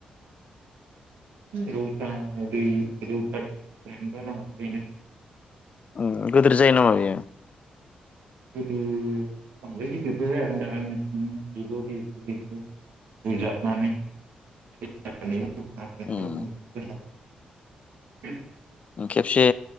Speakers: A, on the right; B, on the left.
A: रौता दै रौतानिफ्रायनो जालाङो
B: ओ गोदोर जायो नामा बेयो।
A: <unintelligible> <unintelligible> <inaudible>
B: उम खेबसे